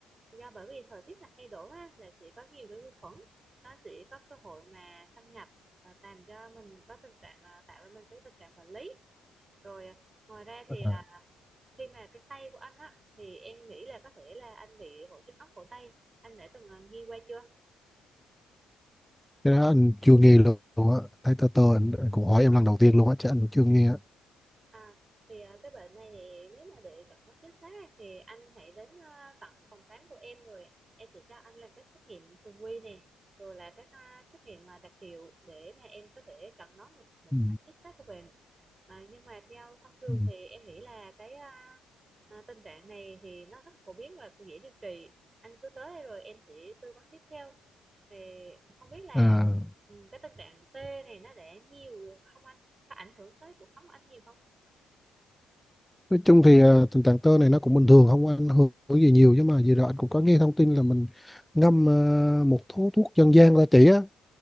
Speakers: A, on the right (about 25°); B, in the centre.
A: Do bởi vì thời tiết là thay đổi á là sẽ có nhiều cái vi khuẩn, nó sẽ có cơ hội mà xâm nhập à, làm cho mình có tình trạng à, tạo ra mình cái tình trạng bệnh lý. Rồi à, ngoài ra thì
B: Ờ.
A: khi mà cái tay của anh á, thì em nghĩ là có thể là anh bị hội chứng ống cổ tay. Anh đã từng, ờ, nghe qua chưa?
B: Cái đó anh chưa nghe luôn á. Thấy tơ tơ anh, anh cũng hỏi em lần đầu tiên luôn á chứ anh cũng chưa nghe á.
A: À, thì, ờ, cái bệnh này thì nếu mà để chẩn đoán chính xác á, thì anh hãy đến, ơ, tận phòng khám của em rồi em sẽ cho anh làm các xét nghiệm thường quy nè, rồi là các, a, xét nghiệm mà đặc hiệu để mà em có thể chẩn đoán được một
B: Ừ.
A: cách chính xác của bệnh. À, nhưng mà theo thông thường
B: ừ.
A: thì em nghĩ là cái, a, à, tình trạng này thì nó rất phổ biến và dễ điều trị. Anh cứ tới đây rồi em sẽ tư vấn tiếp theo. thì không biết là
B: À
A: ừ, cái tình trạng tê này nó để nhiều được không anh có ảnh hưởng tới cuộc sống của anh nhiều không
B: Nói chung thì à, tình trạng tơ này nó cũng bình thường không có ảnh hưởng gì nhiều nhưng mà vừa rồi anh cũng có nghe thông tin là mình ngâm à, một thuốc thuốc dân gian ra chỉ á